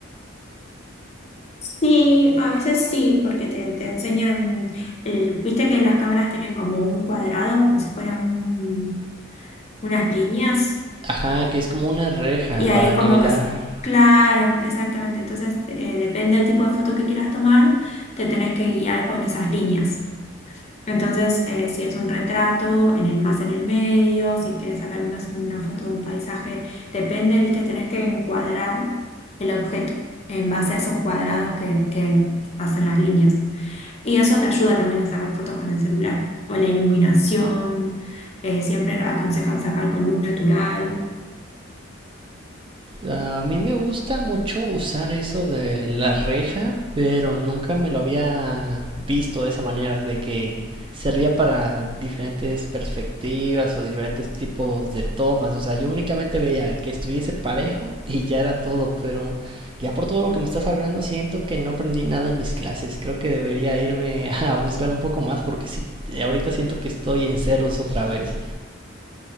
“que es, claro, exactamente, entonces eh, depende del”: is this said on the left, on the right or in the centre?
Left